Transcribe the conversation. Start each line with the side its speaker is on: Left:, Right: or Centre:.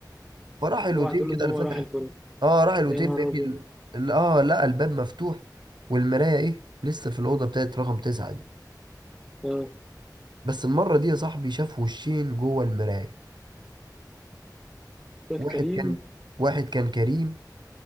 Right: فراح الأوتيل
Centre: اوعى تقول
Right: كده
Centre: ان هو
Right: اللي فتح
Centre: راح الفندق
Right: اه راح الأوتيل
Centre: يا نهار
Right: فاهمني
Centre: ابيض
Right: ال- ال- اه لقى الباب مفتوح والمراية ايه لسه في الأوضة بتاعت رقم تسعة دي
Centre: اه
Right: بس المرة دي يا صاحبي شاف وشين جوه المراية
Centre: شاف
Right: واحد
Centre: كريم
Right: كان واحد كان كريم